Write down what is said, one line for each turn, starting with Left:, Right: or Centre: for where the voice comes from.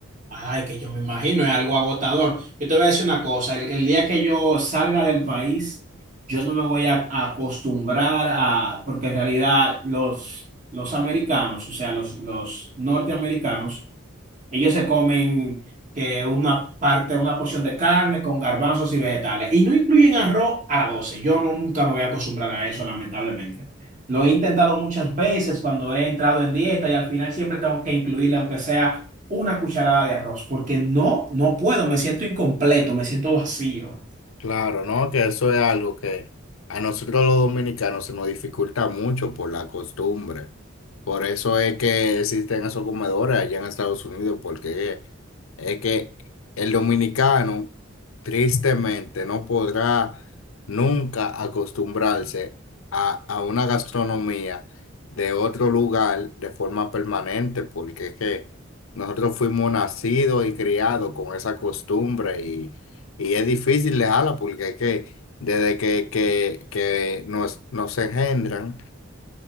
Right: Ay, que yo me imagino, es algo agotador. Yo te voy a decir una cosa, el, el día que yo salga del país, yo no me voy a, a acostumbrar a, porque en realidad los, los americanos, o sea, los, los norteamericanos, Ellos se comen que una parte, una porción de carne con garbanzos y vegetales. Y no incluyen arroz a las 12. Yo no- nunca me voy a acostumbrar a eso, lamentablemente. Lo he intentado muchas veces cuando he entrado en dieta y al final siempre tengo que incluirle, aunque sea una cucharada de arroz, porque no, no puedo, me siento incompleto, me siento vacío.
Left: Claro, ¿no? Que eso es algo que a nosotros los dominicanos se nos dificulta mucho por la costumbre. Por eso es que existen esos comedores allá en Estados Unidos, porque es que el dominicano tristemente no podrá nunca acostumbrarse a, a una gastronomía de otro lugar de forma permanente, porque es que nosotros fuimos nacidos y criados con esa costumbre y y es difícil dejarla porque es que desde que, que, que nos, nos engendran,